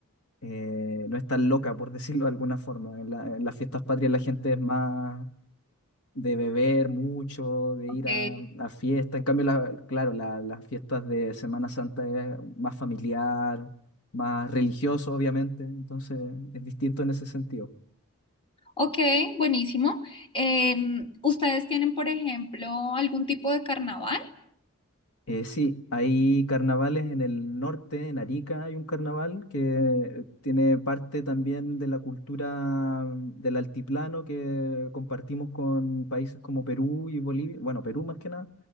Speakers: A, on the left; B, on the left.
A: eh, no es tan loca, por <laughs> decirlo de alguna forma. En la- en las fiestas patrias la gente es más... de beber mucho, de
B: ¿ok?
A: ir a, a fiestas. En cambio, la- claro, la- las fiestas de Semana Santa es más familiar, más religioso, obviamente. Entonces, es distinto en ese sentido.
B: Ok, buenísimo. Em, ¿ustedes tienen, por ejemplo, algún tipo de carnaval?
A: Eh, sí, hay carnavales en el norte, en Arica hay un carnaval que tiene parte también de la cultura mm, del altiplano que compartimos con países como Perú y Bolivia, bueno, Perú más que nada,